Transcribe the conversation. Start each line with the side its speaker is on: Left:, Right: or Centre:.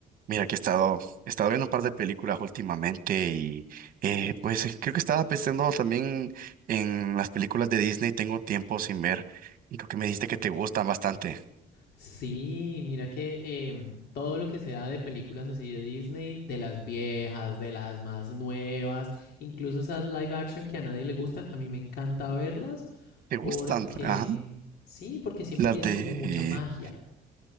Right: Mira que he estado, he estado viendo un par de películas últimamente y eh, pues eh, creo que estaba pensando también en las películas de Disney, tengo tiempo sin ver y creo que me dijiste que te gustan bastante.
Left: Sí, mira que em, todo lo que sea de películas así de Disney, de las viejas, de las más nuevas, incluso esas live action que a nadie le gustan, a mí me encanta verlas
Right: ¿Te gustan?
Left: porque,
Right: Ajá.
Left: sí, porque siempre
Right: Las
Left: tienen
Right: de,
Left: como mucha magia.
Right: eh,